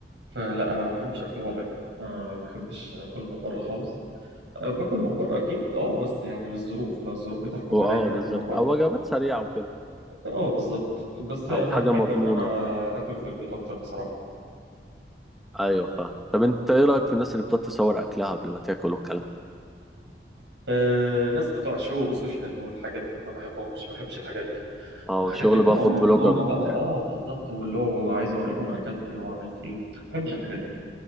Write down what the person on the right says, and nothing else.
فلا انا ما بحبش اكل بره يعني أنا ما بحبش اكل من بره خالص أه، باكل من بره اكيد اه بس يعني للظروف لو الظروف بتحكم
عليا ان انا
اكل من بره
اه بالظبط بس انا
احب
ان انا اكل في البيت اكتر بصراحه
آه، الناس بتوع الشو والسوشيال والحاجات دي ما بحبهمش ما بحبش الحاجات دي
الحاجات
دي بتبقى
منظوره
بقى اه بالظبط واللي هو عايز اوريكم انا اكلت ايه وعملت ايه ما بحبش الحاجات دي